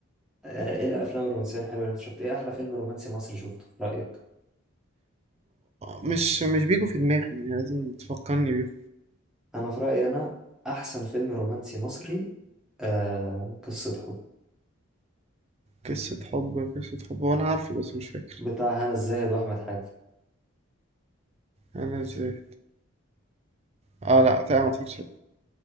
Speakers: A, in the centre; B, on the right (about 30°).
A: آه، ايه الافلام الرومانسيه الحلوه اللي انت شفت ايه احلى فيلم رومانسي مصري شفته في رايك
B: مش مش بيجوا في دماغي يعني لازم تفكرني بيه
A: انا في رايي انا احسن فيلم رومانسي مصري آه قصه حب
B: قصة حب قصة حب وانا عارفه بس مش فاكر
A: بتاع هنا الزاهد واحمد حاتم
B: انا ازاي اه لا تمام ما اتفرجتش عليه